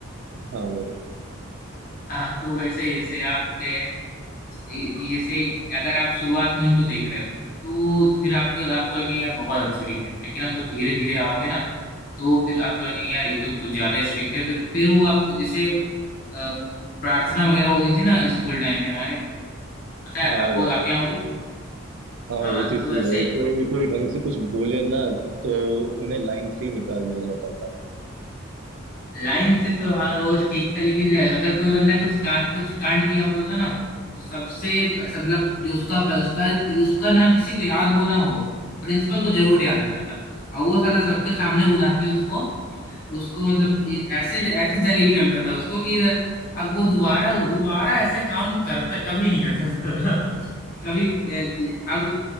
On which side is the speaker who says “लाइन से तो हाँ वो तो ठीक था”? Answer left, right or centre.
Left